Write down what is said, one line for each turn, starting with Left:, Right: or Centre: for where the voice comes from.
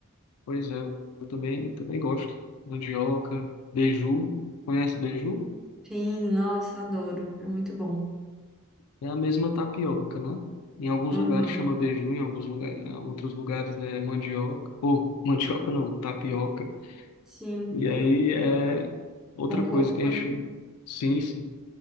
Left: Pois é, eu também, também gosto. Mandioca, beiju. Conhece beiju?
Centre: Sim, nossa, adoro. É muito bom.
Left: É a mesma tapioca, né? Em alguns
Centre: Uhum.
Left: lugares chama beiju, em alguns lugares, outros lugares é mandioca. Ou, mandioca não, tapioca.
Centre: Sim,
Left: E aí é outra
Centre: com coco,
Left: coisa que a
Centre: né?
Left: gente. Sim, sim.